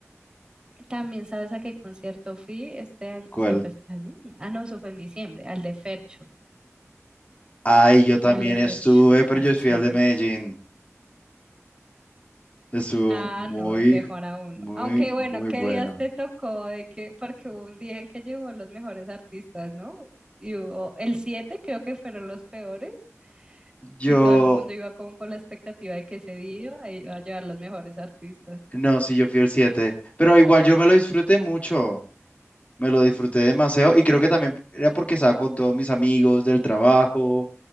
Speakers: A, on the right; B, on the left.
A: También sabes a qué concierto fui este año,
B: ¿Cuál?
A: esto fue este año, ah no, eso fue en diciembre, al de Fercho.
B: Ay, yo también
A: Al de
B: estuve,
A: Fer Show,
B: pero
A: no
B: yo
A: sé
B: fui
A: si
B: al
A: lo
B: de
A: conozco.
B: Medellín. Estuvo
A: Ah,
B: muy,
A: no, mejor aún.
B: muy,
A: no. Aunque bueno,
B: muy
A: ¿qué
B: bueno.
A: días te tocó? De que, porque hubo un día en que llevó los mejores artistas, ¿no? Y hubo el 7, creo que fueron los peores,
B: Yo,
A: y todo el mundo iba como con la expectativa de que ese día iba a llevar los mejores artistas.
B: no, sí, yo fui el siete. pero igual yo me lo disfruté mucho. Me lo disfruté demasiado y creo que también era porque estaba con todos mis amigos del trabajo,